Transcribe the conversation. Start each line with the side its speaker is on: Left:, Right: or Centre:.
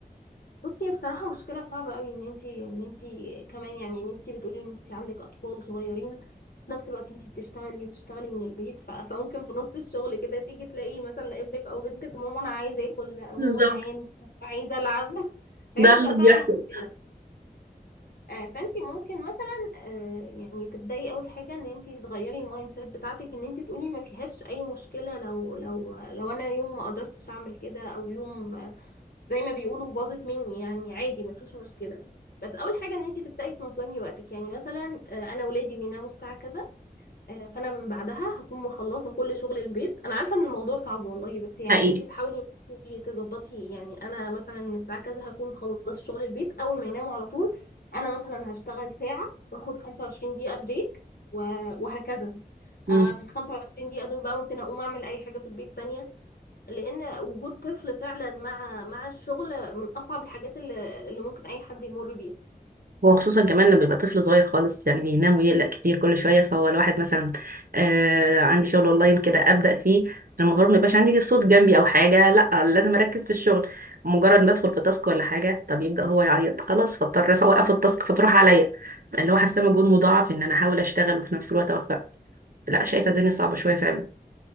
Left: بصي هي بصراحة مشكلة صعبة قوي ان انتي ان انتي كمان يعني ان انتي بتقولي ان انتي عندك اطفال صغيرين في نفس الوقت انتي بتشتغلي وبتشتغلي من البيت ف... <laughs> فممكن في نص الشغل كده تيجي تلاقي مثلا ابنك او بنتك ماما انا عايزة اكل لا،
Right: بالظبط
Left: ماما جعان ماما عايزة العب <laughs> فهي
Right: ده
Left: بتبقى
Right: اللي بيحصل
Left: فعلا مشكلة آه، فانتي ممكن مثلا آه، يعني تبدأي اول حاجة ان انتي تغيري المايند سيت بتاعتك ان انتي تقولي ما فيهاش اي مشكلة لو لو لو انا يوم ما قدرتش اعمل كده او يوم زي ما بيقولوا باظت مني يعني عادي مفيش مشكلة بس اول حاجة ان انت تبدأي تنظمي وقتك يعني مثلا آه، انا ولادي بيناموا الساعة كذا آه، فانا من بعدها هكون مخلصة كل شغل البيت انا عارفة ان الموضوع صعب والله بس يعني
Right: حقيقي
Left: انت تحاولي إن انت تظبطي يعني انا مثلا من الساعة كذا هكون مخلص شغل البيت اول ما يناموا على طول انا مثلا هشتغل ساعة واخد 25 دقيقة بريك و- وهكذا
Right: مم.
Left: آه، في ال 25 دقيقة دول بقى ممكن اقوم اعمل اي حاجة في البيت تانية لان وجود طفل فعلا مع مع الشغل من اصعب الحاجات اللي, اللي ممكن اي حد يمر بيها
Right: وخصوصا كمان لما يبقى طفل صغير خالص يعني بينام ويقلق كتير كل شويه فهو الواحد مثلا آه عندي شغل اونلاين كده ابدا فيه المفروض ما يبقاش عندي صوت جنبي او حاجه لا لازم اركز في الشغل مجرد ما ادخل في تاسك ولا حاجه طب يبدا هو يعيط خلاص فاضطر اوقف التاسك فتروح عليا اللي هو حاسه مجهود مضاعف ان انا احاول اشتغل وفي نفس الوقت اوفق لا شايفه الدنيا صعبه شويه فعلا